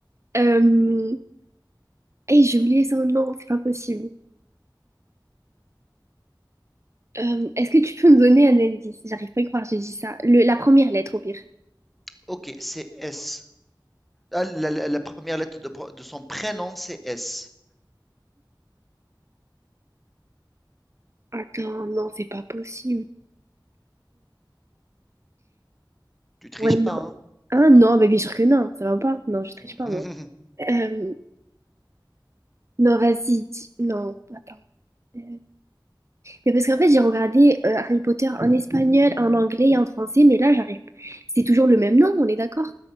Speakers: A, on the right; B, in the centre.
A: Euh... hey, j'ai oublié son nom, c'est pas possible. Euh, est-ce que tu peux me donner un indice? J'arrive pas à y croire, j'ai dit ça. Le- la première lettre, au pire.
B: ok, c'est S. Ah, la, la- la première lettre de, pro- de son prénom, c'est S.
A: Attends, non, c'est pas possible.
B: Tu triches
A: Ouais, non.
B: pas, hein?
A: Ah non, bah, bien sûr que non, ça va pas. Non, je triche
B: Mhm.
A: pas, non. Euh, non, vas-y, dis- non, attends. Euh, Mais parce qu'en fait, j'ai regardé euh, Harry Potter en espagnol, en anglais et en français, mais là, j'arrive. C'est toujours le même nom, on est d'accord?